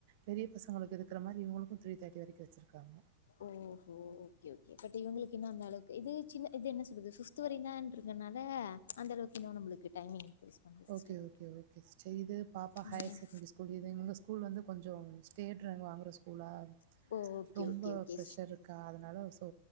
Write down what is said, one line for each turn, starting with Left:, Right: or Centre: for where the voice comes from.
Right: பெரிய பசங்களுக்கு இருக்கிற மாரி இவங்களுக்கு த்ரீ தேட்டி வரைக்கு வச்சருக்காங்க
Left: ஓஹோ ஓகே ஓகே பட் இவங்களுக்கு இன்னு அந்த அளவுக்கு இது சின்ன இது என்ன சொல்றது ச வரை தா இருக்கனால அந்த அளவுக்கு இன்னும் நம்மளுக்கு டைமிங் இன்க்ரீஸ் பண்ணல sister.
Right: okay Okay okay sister இது பாப்பா ஹையர்
Left: ம்.
Right: செகண்டரி ஸ்கூல் இங்க ஸ்கூல் வந்து கொஞ்ச ஸ்டேட் ரேங்க் வாங்க ஸ்குலா
Left: ஓ! ஓகே,
Right: ரொம்ப
Left: ஓகே, ஓகே.
Right: பிரஷர் இருக்கா அதனால சோ